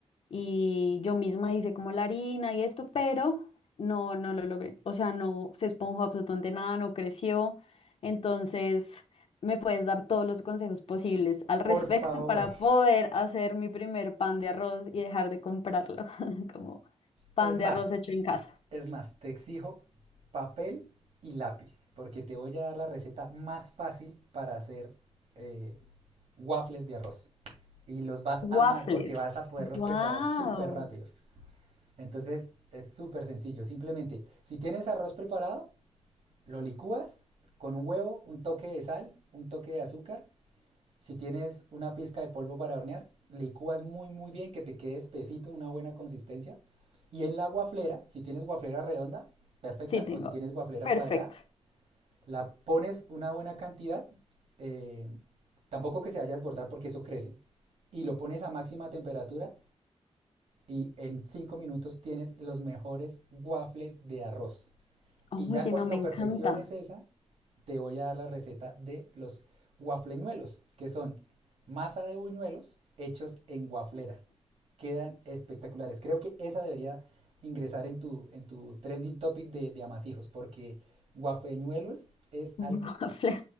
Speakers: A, on the left; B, on the right.
A: y yo misma hice como la harina y esto, pero no, no lo logré. O sea, no se esponjó absolutamente nada, no creció. Entonces, me puedes dar todos los consejos posibles al respecto
B: Por favor,
A: para poder hacer mi primer pan de arroz y dejar de comprarlo <laughs> como pan
B: es
A: de
B: más,
A: arroz hecho en casa.
B: es más, te exijo papel y lápiz, porque te voy a dar la receta más fácil para hacer eh, waffles de arroz. Y los vas
A: Waffles.
B: a amar porque vas a poderlos
A: Wow.
B: preparar súper rápido. Entonces es súper sencillo. Simplemente, si tienes arroz preparado, lo licúas con un huevo, un toque de sal, un toque de azúcar. Si tienes una pizca de polvo para hornear, licúas muy muy bien que te quede espesito, una buena consistencia. Y en la guaflera, si tienes guaflera redonda, perfecta,
A: Sí, tengo.
B: o si tienes guaflera
A: Perfecto.
B: cuadrada, la pones una buena cantidad, eh, tampoco que se vaya a desbordar porque eso crece, y lo pones a máxima temperatura y en 5 minutos tienes los mejores waffles de arroz.
A: Oye,
B: Y ya cuando
A: no, me encanta.
B: perfecciones esa, te voy a dar la receta de los waffleñuelos, que son masa de buñuelos hechos en waflera. Quedan espectaculares. Creo que esa debería ingresar en tu, en tu trending topic de, de amasijos, porque waffleñuelos es
A: <laughs>
B: algo
A: Fle-